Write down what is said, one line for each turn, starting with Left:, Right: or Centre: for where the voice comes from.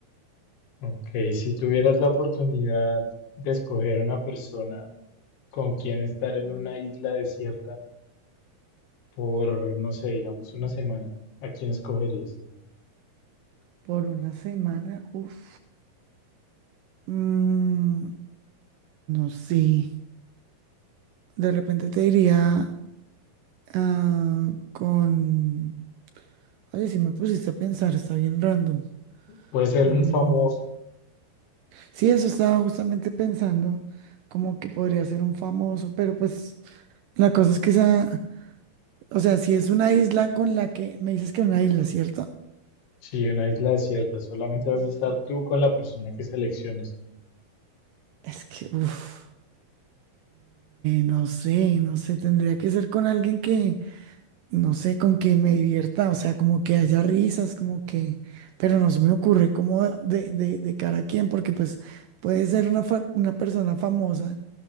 Left: Ok, si tuvieras la oportunidad de escoger a una persona con quien estar en una isla desierta, por, no sé, digamos una semana, ¿a quién escogerías?
Right: Por una semana, uff, no sé, de repente te diría ah, con, oye, si me pusiste a pensar, está bien random.
Left: Puede ser
Right: Mm,
Left: un famoso,
Right: Sí, eso estaba justamente pensando, como que podría ser un famoso, pero pues... La cosa es que esa, o sea, si es una isla con la que me dices que es una isla, ¿cierto?
Left: sí, una isla desierta, solamente vas a estar tú con la persona que selecciones.
Right: Es que, uff, no sé, no sé, tendría que ser con alguien que, no sé, con que me divierta, o sea, como que haya risas, como que, pero no se me ocurre como de, de, de cara a quién, porque pues puede ser una, fa- una persona famosa,